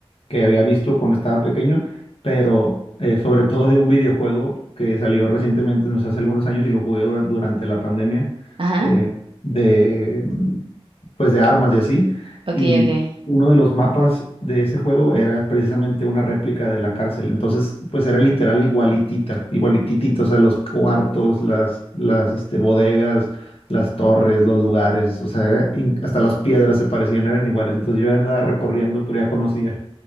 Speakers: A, on the left (about 65°); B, on the right (about 60°).
A: que había visto cuando estaba pequeño, pero eh, sobre todo de un videojuego que salió recientemente, no sé, hace algunos años y lo jugué dura- durante la pandemia,
B: Ajá,
A: eh, de pues de armas y así.
B: ok,
A: Y
B: ok. <laughs>
A: uno de los mapas de ese juego era precisamente una réplica de la cárcel. Entonces, pues era literal igualitita, igualititita, o sea, los cuartos, las, las este, bodegas, las torres, los lugares, o sea, era in- hasta las piedras se parecían, eran iguales. Entonces yo andaba recorriendo, pero ya conocía.